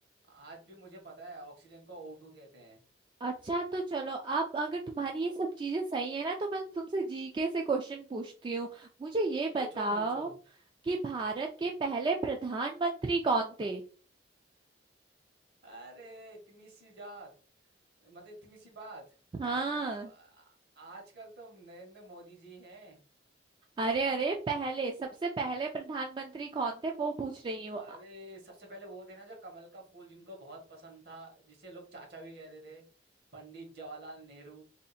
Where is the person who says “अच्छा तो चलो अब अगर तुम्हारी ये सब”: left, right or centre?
Right